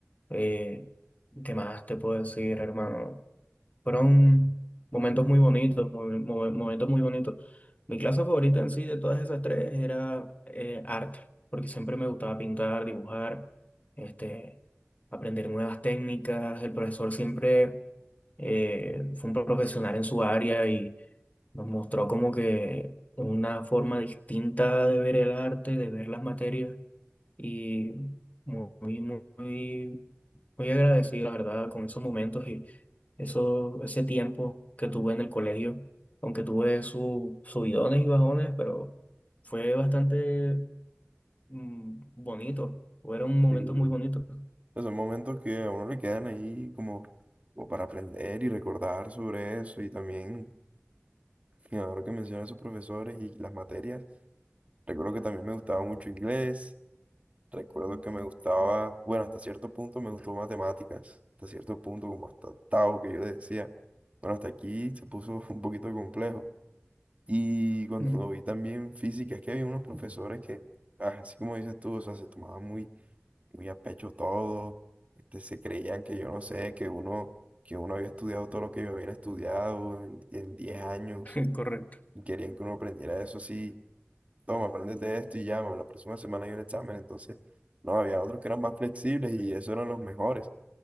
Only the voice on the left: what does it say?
eh, ¿qué más te puedo decir, hermano? Fueron momentos muy bonitos, muy- mo- momentos muy bonitos. Mi clase favorita en sí de todas esas tres era eh, arte, porque siempre me gustaba pintar, dibujar, este, aprender nuevas técnicas. El profesor siempre eh, fue un profesional en su área y nos mostró como que una forma distinta de ver el arte, de ver las materias y muy, muy, muy muy agradecido, la verdad, con esos momentos y eso, ese tiempo que tuve en el colegio, aunque tuve sus subidones y bajones, pero fue bastante mm, bonito, fueron momentos
muy bonitos.
Mm,
<laughs> Correcto.